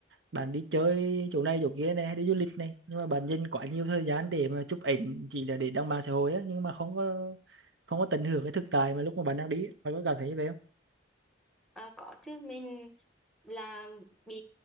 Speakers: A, on the right; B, in the centre.
A: bạn đi chơi chỗ này chỗ kia này hay đi du lịch này nhưng mà bạn dành quá nhiều thời gian để mà chụp ảnh chỉ là để đăng mạng xã hội á nhưng mà không có không có tận hưởng cái thực tại mà lúc mà bạn đang đi ấy. bạn có cảm thấy như vậy
B: À, có chứ mình là bị